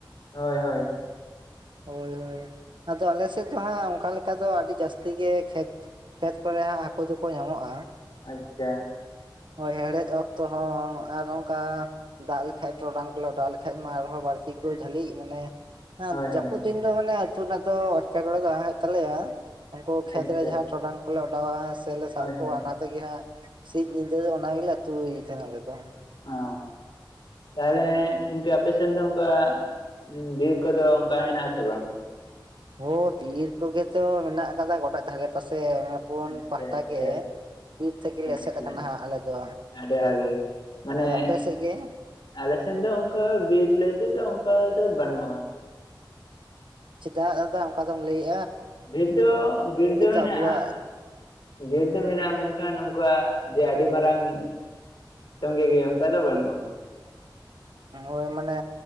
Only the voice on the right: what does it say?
ᱦᱳᱭ ᱦᱳᱭ ᱟᱫᱚ ᱟᱞᱮ ᱥᱮᱫ ᱫᱚ ᱦᱟᱸᱜ ᱚᱱᱠᱟ ᱞᱮᱠᱟ ᱫᱚ ᱟᱹᱰᱤ ᱡᱟᱹᱥᱛᱤ ᱜᱮ ᱠᱷᱮᱛ ᱠᱷᱮᱛ ᱠᱚᱨᱮ ᱦᱟᱸᱜ ᱦᱟᱹᱠᱩ ᱫᱚᱠᱚ ᱧᱟᱢᱚᱜᱼᱟ
ᱦᱳᱭ ᱦᱮᱲᱦᱮᱫ ᱚᱠᱛᱚ ᱦᱚᱸ ᱟᱨ ᱚᱱᱠᱟ ᱫᱟᱜ ᱞᱮᱠᱷᱟᱡ ᱴᱚᱨᱚᱰᱟᱝ ᱠᱚᱞᱮ ᱚᱰᱟᱣ ᱞᱮᱠᱷᱟᱡ ᱢᱟ ᱟᱨᱦᱚᱸ ᱵᱟᱝ ᱯᱟᱹᱥᱤ ᱠᱚ ᱡᱟᱹᱞᱤᱜ ᱢᱟᱱᱮ ᱦᱮᱸ
ᱡᱟᱹᱯᱩᱫ
ᱫᱤᱱ ᱫᱚ ᱢᱟᱱᱮ ᱟᱹᱛᱩ ᱨᱮᱱᱟᱜ ᱫᱚ ᱮᱴᱠᱮᱴᱚᱬᱮ ᱫᱚ ᱟ ᱦᱩᱭᱩᱜ ᱛᱟᱞᱮᱭᱟ ᱩᱱᱠᱩ ᱠᱷᱮᱛᱨᱮ
ᱡᱟᱦᱟᱸ ᱴᱚᱨᱚᱰᱟᱝ ᱠᱚᱞᱮ ᱚᱰᱟᱣᱟ ᱥᱮᱞᱮ ᱥᱟᱵ
ᱠᱚᱣᱟ
ᱚᱱᱟ ᱛᱮᱜᱮ ᱦᱟᱸᱜ ᱥᱤᱧ ᱧᱤᱫᱟᱹ ᱫᱚ ᱚᱱᱟ ᱜᱮᱞᱮ ᱟᱹᱛᱩᱮᱫ ᱛᱟᱦᱮᱱ <unintelligible> ᱟᱞᱮ ᱫᱚ
ᱦᱳ ᱵᱤᱨ ᱠᱚᱜᱮ ᱛᱚ ᱢᱮᱱᱟᱜ ᱠᱟᱫᱟ ᱜᱚᱴᱟ ᱫᱷᱟᱨᱮ ᱯᱟᱥᱮ ᱥᱮ ᱯᱩᱱ
ᱯᱟᱦᱴᱟ
ᱜᱮ ᱵᱤᱨ ᱛᱮᱜᱮ
ᱞᱮ ᱮᱥᱮᱫ ᱠᱟᱱᱟ ᱦᱟᱸᱜ ᱟᱞᱮ ᱫᱚ
ᱟᱫᱚ ᱟᱯᱮ ᱥᱮᱫ ᱜᱮ
ᱪᱮᱫᱟᱜ ᱫᱟᱫᱟ ᱚᱱᱠᱟ ᱫᱚᱢ ᱞᱟᱹᱭᱮᱫ
ᱟᱵᱚᱣᱟᱜ
ᱦᱳᱭ ᱢᱟᱱᱮ